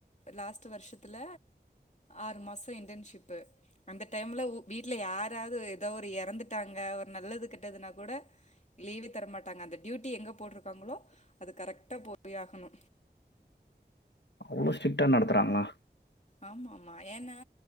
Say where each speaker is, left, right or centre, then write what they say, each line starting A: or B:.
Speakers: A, on the left; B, on the left.
A: லாஸ்ட் வருஷத்துல ஆறு மாச இன்டனஷிப் அந்த டைம்ல உ வீட்ல யாராது எதா ஒரு எறந்து ட்டாங்க ஒரு நல்லது கெட்டதுனா கூட லீவே தரமாட்டாங்க அந்த டியூட்டி எங்க போட்ருக்காங்களோ அது கரெக்டா போய் ஆகணு
B: அவ்ளோ ஸ்ட்ரிக்டா நடக் க்றாங்ளா
A: ஆமா ஆமா ஏன்னா